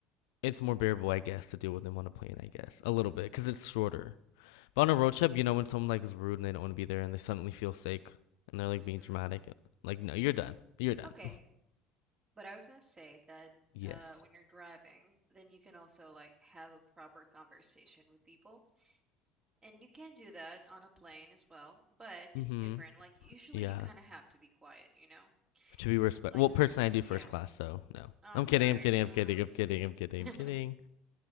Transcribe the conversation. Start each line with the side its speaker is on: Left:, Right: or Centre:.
Left: it's more bearable, I guess, to deal with them on a plane, I guess. A little bit, because it's shorter. But on a road trip, you know, when someone like is rude and they don't want to be there and they suddenly feel sick and they're like
Right: hmm
Left: being dramatic, like, no, you're done. You're done.
Right: Okay,
Left: <laughs>
Right: but I was gonna say that
Left: Yes.
Right: uh when you're driving, then you can also like have a proper conversation with people. And you can do that on a plane as well, but it's
Left: Mm-hmm.
Right: different. Like usually
Left: Yeah.
Right: you kind of have to be quiet, you know?
Left: To be respect.
Right: Like
Left: Well, personally, I do
Right: yeah,
Left: first class, so no.
Right: I'm
Left: I'm
Right: sorry.
Left: kidding. I'm kidding.
Right: Mm.
Left: I'm kidding. I'm kidding. I'm kidding.
Right: <laughs>
Left: I'm kidding.